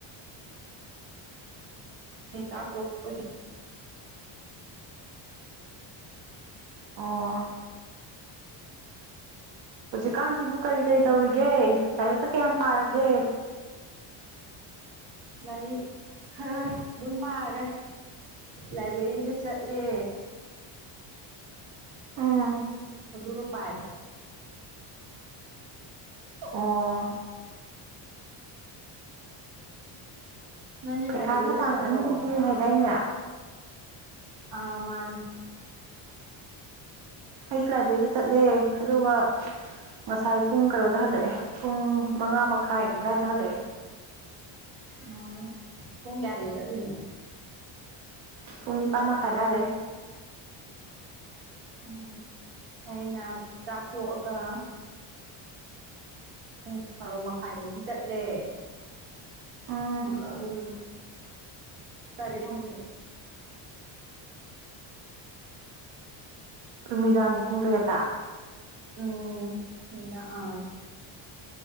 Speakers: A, on the right (about 75°); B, on the right (about 60°).
A: ꯁꯥꯐ ꯇ
B: ꯑꯣ ꯍꯧꯖꯤꯛꯀꯥꯟꯁꯤꯕꯨ ꯀꯔꯤ ꯀꯔꯤ ꯇꯧꯔꯤꯒꯦ ꯂꯥꯏꯔꯤꯛꯀ ꯀꯌꯥꯝ ꯄꯥꯔꯒꯦ
A: ꯂꯥꯏꯔꯤꯛ ꯈꯔ ꯑꯗꯨꯝ ꯄꯥꯔꯦ ꯂꯥꯏꯕ꯭ꯔꯦꯔꯤꯗ ꯆꯠꯂꯦ
B: ꯎꯝ
A: ꯑꯣꯗ꯭ꯔꯒ ꯄꯥꯏ
B: ꯑꯣ
A: ꯅꯪꯗꯤ ꯂꯥꯏꯕ꯭ꯔꯦꯔꯤꯗ
B: ꯄꯩꯈꯥꯗ ꯇꯥꯡ
A: ꯆꯠꯇ꯭ꯔꯣ
B: ꯑꯅꯤꯗꯒꯤꯅꯦ ꯍꯥꯏꯗꯥꯏꯅꯦ
A: ꯑꯍꯃꯥꯟ
B: ꯑꯩꯁꯨ ꯂꯥꯏꯕ꯭ꯔꯦꯔꯤꯗ ꯆꯠꯂꯦ ꯑꯗꯨꯒ ꯉꯁꯥꯏ ꯄꯨꯡ ꯀꯩꯅꯣꯗ ꯍꯜꯂꯛꯑꯦ ꯄꯨꯡ ꯃꯉꯥ ꯃꯈꯥꯏ ꯑꯗꯨꯋꯥꯏꯗ ꯍꯜꯂꯛꯑꯦ
A: ꯎ ꯍꯨꯡ ꯀꯌꯥꯗꯦꯁ ꯑꯗꯨꯖꯤꯅꯣ
B: ꯄꯨꯡ ꯅꯤꯄꯥꯟ ꯃꯈꯥꯏ ꯇꯥꯖꯩ
A: ꯎꯝ ꯑꯩꯅ ꯆꯥꯊꯣꯛꯑꯒ ꯄꯨꯡ ꯇꯔꯣ ꯃꯈꯥꯏꯗꯒꯤ ꯆꯠꯂꯦ
B: ꯎꯝ
A: ꯄꯨꯡ ꯇꯔꯦꯠ ꯊꯥꯍꯜꯂꯦ
B: ꯅꯨꯃꯤꯗꯥꯡꯒꯤ ꯄꯨꯡ ꯀꯌꯥ ꯇ
A: ꯎꯝ ꯍꯗ ꯑꯥ